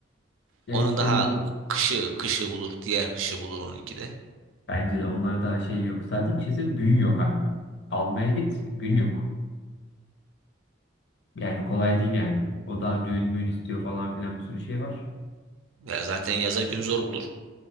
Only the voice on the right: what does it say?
Onun
daha
kışı kışı bulur. Diğer kışı bulur onunki de.
Ya zaten yaza gün zor bulur.